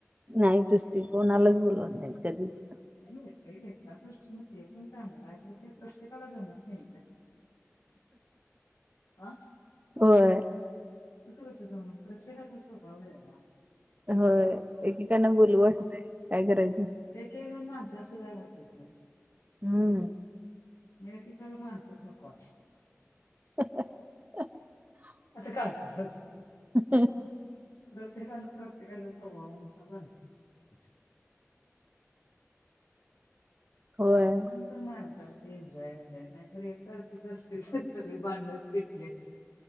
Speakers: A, on the right; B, on the left.
A: नाहीतच ती कोणालाच बोलणार नाहीत कधीच
B: नाही ते एक दृष्टीन ते पण चांगलं आहे तर ते प्रत्येकाला जमत नाही ना आं
A: होय.
B: तसं कसं जमल प्रत्येकाचा स्वभाव वेगळा.
A: होय एकेकांना बोलू वाटतंय, काय करायचं.
B: एक एक जण माणसाशिवाय राहतच नाही.
A: हम्
B: एकेकाना माणसंच नको असतय.
A: <unintelligible>
B: आता काय एकायचंच
A: ह
B: प्रत्येकानं प्रत्येकाच्या स्वभावानुसार राहायच.
A: होय
B: म्हणून तर माणसांशी एन्जॉयय नाही तर. सारखीच असतेते सगळे भांडन पेटलेत.